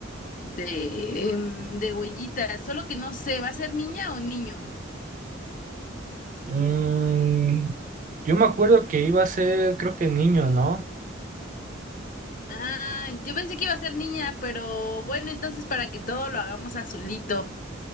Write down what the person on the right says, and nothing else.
Mm, yo me acuerdo que iba a ser, creo que niño, ¿no?